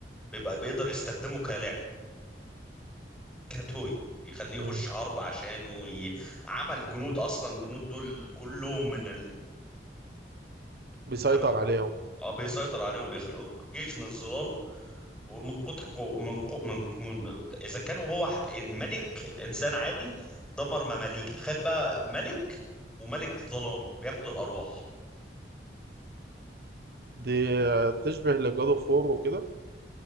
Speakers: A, in the centre; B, on the right (about 55°).
A: بيبقى بيقدر يستخدمه كلعبه كتوي يخليه يخش
B: امم
A: حرب عشانه وي... عمل جنود اصلا الجنود دول كلهم من
B: بيسيطر
A: زي ما تقول
B: عليهم
A: اه بيسيطر عليهم بيخلق جيش من الظلال ومن كتر قو... من, قو... من... من اذا كان هو ح... ملك انسان عادي دمر مماليك تخيل بقى ملك وملك ظلام بياخد الارواح
B: دي آه، تشبه لجادو فور وكده